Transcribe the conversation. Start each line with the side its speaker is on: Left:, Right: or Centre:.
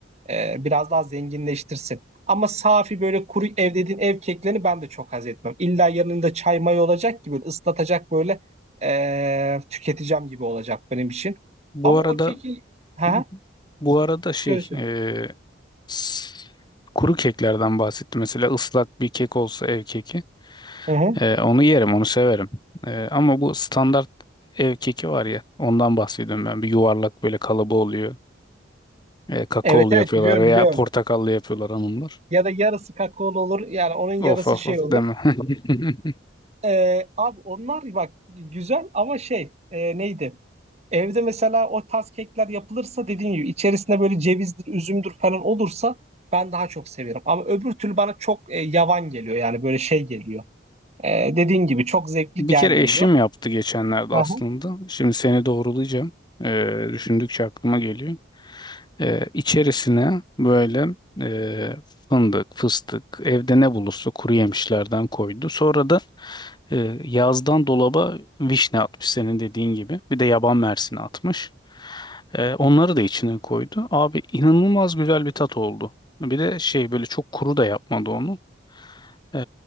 Right: Ee, biraz daha zenginleştirsin. Ama safi böyle kuru ev dediğin ev keklerini ben de çok haz etmem. İlla yanında çay may olacak gibi ıslatacak böyle eee, tüketeceğim gibi olacak benim için.
Left: Bu
Right: Ama
Left: arada
Right: o keki ha
Left: Hı hı. bu arada şey
Right: söyle söyle.
Left: e, s- kuru keklerden bahsetti. Mesela ıslak bir kek olsa ev keki.
Right: Hı hı.
Left: Ee, onu yerim, onu severim. Ee, ama bu standart ev keki var ya, ondan bahsediyorum ben. Bir yuvarlak böyle kalıbı oluyor. Ee, kakaolu
Right: Evet evet
Left: yapıyorlar
Right: biliyorum
Left: veya
Right: biliyorum.
Left: portakallı yapıyorlar hanımlar.
Right: Ya da yarısı kakaolu olur yani onun
Left: Of
Right: yarısı
Left: of
Right: şey
Left: of
Right: olur.
Left: deme. <laughs>
Right: Eee, abi onlar bak güzel ama şey eee, neydi? Evde mesela o tarz kekler yapılırsa dediğim gibi içerisinde böyle cevizdir, üzümdür falan olursa ben daha çok severim. Ama öbür türlü bana çok e, yavan geliyor yani böyle şey geliyor. E, dediğin gibi çok zevkli
Left: Bir
Right: gelmiyor.
Left: kere eşim yaptı geçenlerde
Right: Aha.
Left: aslında. Şimdi seni doğrulayacağım. Ee, düşündükçe aklıma geliyor. Ee, içerisine böyle e, fındık, fıstık, evde ne bulursa kuru yemişlerden koydu. Sonra da e, yazdan dolaba vişne atmış senin dediğin gibi. Bir de yaban mersini atmış. E, onları da içine koydu. Abi inanılmaz güzel bir tat oldu. Bir de şey böyle çok kuru da yapmadı onu. E,